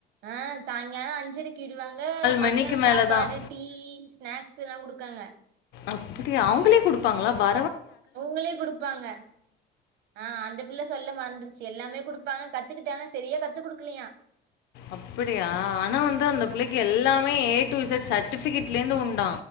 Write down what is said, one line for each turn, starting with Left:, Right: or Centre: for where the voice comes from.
Right: ஆ சாய்ங்காலோ அஞ் சரைக்கு விடுவாங்க மதியானோ
Left: மணிக்கு மேல
Right: சாப்பாடு,
Left: தான்.
Right: டீ, ஸ்நாக்ஸ் எல்லாங் குடுக்காங்க
Left: அப்டியா அவுங்களே குடுப்பாங்ளா பா
Right: அவுங்ளே குடுப்பாங்க ஆ அந்த பிள்ள சொல்ல மறந்துருச்சு எல்லாமே குடு ப்பாங்க கத்துக்கிட்டாங்க சரியா கத்து குடுக்கலயா
Left: அப்படியா ஆனா வந்து அந்த பிள்ளைக்கு எல்லாமே ஏ டு இசட் சட்டிஃபிகேட் லேந்து உண்டா